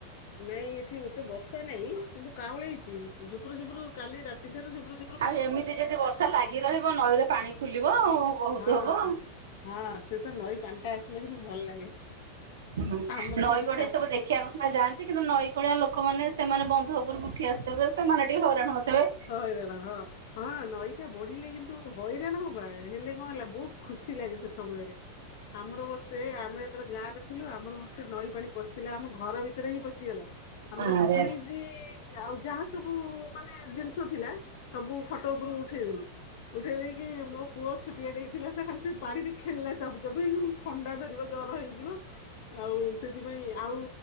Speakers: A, on the left; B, on the right.
A: ନାଇଁ ଏଠି ଏତେ ବର୍ଷା ନାହିଁ କିନ୍ତୁ କାଉଁଳେଇଛି ଝୁପୁରୁ ଝୁପୁରୁ କାଲି ରାତିଠାରୁ ଝୁପୁରୁ ଝୁପ
B: ଆଉ ଏମିତି ଯଦି ବର୍ଷା ଲାଗି ରହିବ ନଈରେ ପାଣି ଫୁଲିବ ଆଉ ବହୁତ
A: ହଁ
B: ହବ।
A: ହଁ ହଁ ସେ ତ ନଈ ପାଣି ଟା ଆସିଲେ କିନ୍ତୁ ଭଲ ଲାଗେ।
B: ହୁଁ
A: ଆମର
B: ନଈ
A: ସେଠି
B: ବଢେଇ
A: ଶାଶୁ
B: ସବୁ ଦେଖିବାକୁ ସିନା ଯାଆନ୍ତି କିନ୍ତୁ ନଈକଳିଆ ଲୋକମାନେ ସେମାନେ ବନ୍ଧ ଉପରକୁ ଉଠି ଆସ ତେବେ ସେମାନେ ଟିକେ ହଇରାଣ ହଉଥିବେ।
A: ହଇରାଣ ହଁ ହଁ ନଈଟା ବଢିଲେ କିନ୍ତୁ ହଇରାଣ ହବା। ହେଲେ କଣ ହେଲା ବହୁତ ଖୁସି ଲାଗେ ସେ ସମୟରେ, ଆମର ବର୍ଷ ସେ ଆମେ ଯେତେବେଳେ ଗାଁ ରେ ଥିଲୁ ଆମର ବର୍ଷେ ନଈ ପାଣି ପଶିଥିଲା ଆମ ଘର ଭିତରେ ହିଁ ପଶିଗଲା। ଆମର
B: ଆରେ
A: ଫ୍ରିଜ ଆଉ ଯାହା ସବୁ ମାନେ ଜିନ ଥିଲା ସବୁ ଖଟ ଉପରୁ ଉଠେଇଦଲୁ। ଉଠେଇ ଦେଇକି ମୋ ପୁଅ ଛୁଟିଆ ଟିଏ ହେଇଥିଲା ସେ ଖାଲି ସେ ପାଣିରେ ଖେଳିଲା ଚପ ଚପ ହେଇ। ଥଣ୍ଡା ଧରିବ ଜର ହେଇଯିବ ଆଉ ସେଥିପାଇଁ ଆଉ